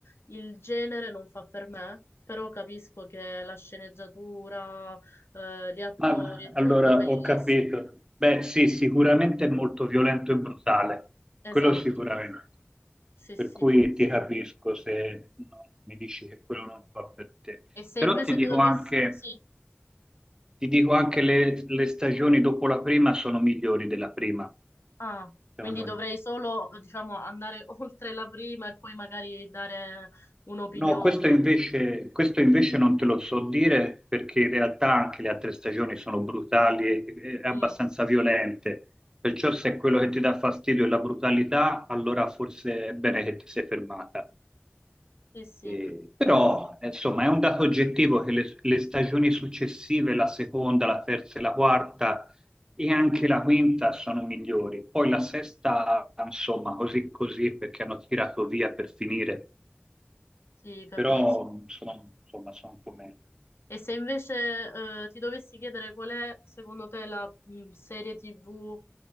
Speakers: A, on the left (about 70°); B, on the right (about 15°).
A: il genere non fa per me, però capisco che la sceneggiatura, eh, gli attori,
B: Ah,
A: è
B: allora,
A: tutto bellissimo.
B: ho capito. Beh, sì, sicuramente è molto violento e brutale, quello
A: Esatto,
B: sicuramente.
A: sì, sì.
B: Per cui ti capisco se no, mi dici che quello non fa per te.
A: E se
B: Però
A: invece
B: ti dico
A: dovessi...
B: anche,
A: Sì.
B: ti dico anche le, le stagioni dopo la prima sono migliori della prima,
A: Ah,
B: secondo
A: quindi dovrei
B: me.
A: solo, diciamo, andare <laughs> oltre la prima e poi magari dare un'opinione.
B: No, questo invece, questo invece non te lo so dire perché in realtà anche le altre stagioni sono brutali e, e abbastanza
A: Mm,
B: violente. Perciò se quello che ti dà fastidio è la brutalità, allora forse è bene che ti sei fermata.
A: Sì, sì,
B: Eh, però, eh, insomma, è un dato oggettivo che le, le stagioni successive, la seconda, la terza e la quarta e anche la quinta sono migliori. Poi la sesta, insomma, così così perché hanno tirato via per finire
A: sì, capisco.
B: però mh, sono, insomma, sono un po' meglio.
A: E se invece eh, ti dovessi chiedere qual è, secondo te, la mm, serie TV